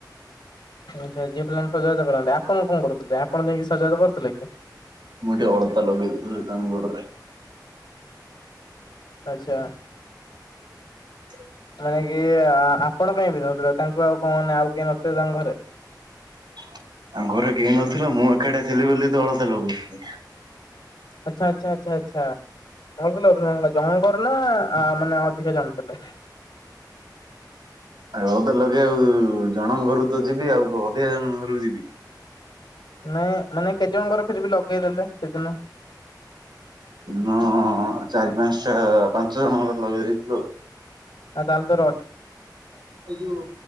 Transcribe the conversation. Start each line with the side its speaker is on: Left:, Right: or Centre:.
Left: ଆଚ୍ଛା, ଝିଅ ପିଲା ମାନେ ସଜବାଜ କରନ୍ତି, ଆପଣ କଣ କରୁଥିଲେ? ଆପଣ ଯାଇକି ସଜାବାଜ କରୁଥିଲେ କି?
Right: ମୁଁ ଟିକେ ଅଳତା ଲଗେଇ ଦୋଉଥିଲି ତାଙ୍କ ଗୋଡରେ।
Left: ଆଚ୍ଛା।
Right: <unintelligible>
Left: ମାନେ କି ଆପଣ କାଇଁ ପିଧଉଥିଲେ ତାଙ୍କୁ ଆଉ କଣ ମିନେ ଆଉ କେହି ନଥିଲେ ତାଙ୍କ ଘରେ?
Right: ତାଙ୍କ ଘରେ କେହି ନଥିଲେ, ମୁଁ ଏକାଟିଆ ଥିଲି ବୋଲି ତ ଅଳତା ଲଗୁଉଥିଲି।
Left: ଆଚ୍ଛା, ଆଚ୍ଛା, ଆଚ୍ଛା, ଆଚ୍ଛା ଅଳତା ଲଗେଇ ଦଉଥିଲେ, ଜଣଙ୍କର ନା ଆ, ମାନେ ଅଧିକା ଜଣ ଥିଲେ?
Right: ଆଉ ଅଳତା ତ ଲଗେଇ ଆଉ ଜଣଙ୍କ ଘରକୁ ତ ଯିବି ଆଉ କଣ ଅଧିକା ଜଣଙ୍କ ଘରକୁ ଯିବି କି?
Left: ନାଇଁ ମାନେ କେତେ ଜଣଙ୍କର ଫେର ବି ଲଗେଇଦେଲେ ସେଦିନ?
Right: ମୁଁ ଚାରି ପାନ୍ସଟା, ପାଞ୍ଚ ଜଣ ଙ୍କର ଲଗେଇ ଦେଇଥିଲି ଆଉ।
Left: ଆଉ ତାହେଲେ ତ ର
Right: ଏଇ ଯୋଉ